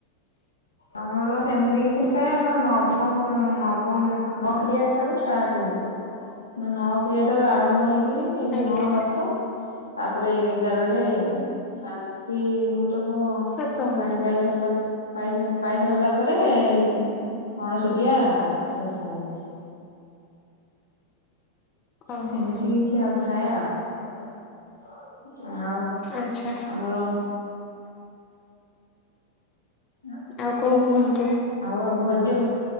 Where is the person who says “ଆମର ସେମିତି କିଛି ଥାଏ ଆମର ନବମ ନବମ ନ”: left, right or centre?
Left